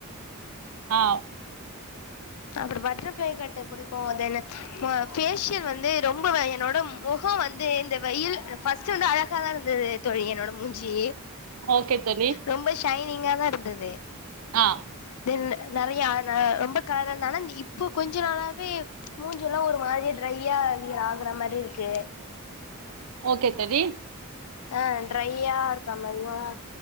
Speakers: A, on the right; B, on the left.
A: ஆ
B: அப்றோ பட்டர்ஃப்ளை கட்டு புடிக்கு அது என்ன ஃபேஷியல் வந்து ரொம்ப வ என்னோட முகம் வந்து இந்த வெயில் ஃபஸ்ட்டு வந்து அழகா தா இருந்துது தோழி என்னோட மூஞ்சி
A: ஓகே தோழி
B: ரொம்ப ஷைனிங்கா தாருந்துது
A: ஆ
B: தென் நறையா அ ரொம்ப காலராருந்தே ஆனா இப்போ கொஞ்சோ நாளாவே மூஞ்சுல்லா ஒரு மாதிரி ட்ரையா ஆகுற மாரிருக்கு
A: ஓகே தோழி
B: ஆ ட்ரையாருக்க மாரியு